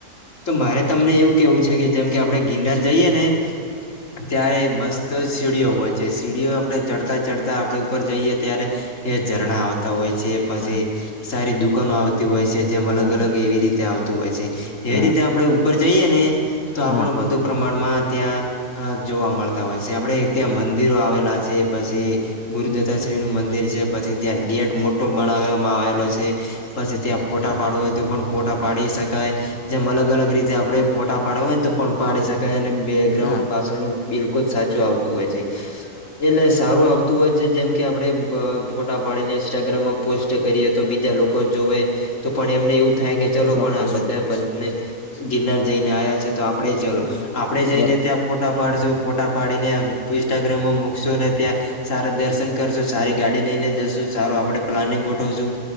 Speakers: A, on the left (about 55°); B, on the left (about 85°).
A: તો મારે તમને એવું કેવું છે કે જેમ કે આપડણે ગિનર જઈએ ને. અત્યારે મસ્ત સીડીઓ હોય. જે સીડીઓ આપણે ચડતા ચઢતા આપણે ઉપર જઈએ ત્યારે. એ ઝરણા આવતા હોય છે પછી,
B: હા
A: સારી દુકાનો આવતી હોય છે. જેમ અલગ
B: હા
A: અલગ એવી રીતે આવતું હોય છે, એવી
B: હા
A: રીતે આપડે ઉપર જઈએને, તો આપણ
B: હા
A: વધુ પ્રમાણમાં ત્યાં જોવા મળતા હોય છે આપડે ત્યાં મંદિરો આવેલા છે પછી ગુરુદત્તા શ્રી નું મંદિર છે પછી ત્યાં ગેટ મોટો બનાવવામાં આવેલો છે. પછી ત્યાં ફોટા પાડવા હોય તો પણ ફોટા પાડી શકાય. જેમ અલગ અલગ રીતે આપડે ફોટા પાડવા હોય ને તો પણ પાડી શકાય. બેકગ્રાઉન્ડ
B: હા
A: પાછળનું બિલકુલ સાચું આવતું હોય છે. એટલે સારું આવતું હોય છે જેમ કે આપડે ફોટા પાડીને ઇન્સ્ટાગ્રામમાં પોસ્ટ કરીએ તો બીજા લોકો જોવે, તો પણ એમને એવું થાય કે ચલો
B: ચોક્કસ
A: પણ આ બધા
B: ચોક્કસ
A: બંને, ગિરનાર જઈને આવ્યા છે તો આપણે ચલો,
B: હા
A: આપણેે જઈને
B: બરોબર
A: ત્યાં ફોટા પાડશું ફોટા પાડીને ઇન્સ્ટાગ્રામમાં મૂકશું અને ત્યાં સારા દર્શન કરશુ સારી ગાડી લઈને જશુ સારું આપડે પ્લાનિંગ ગોઠવશું.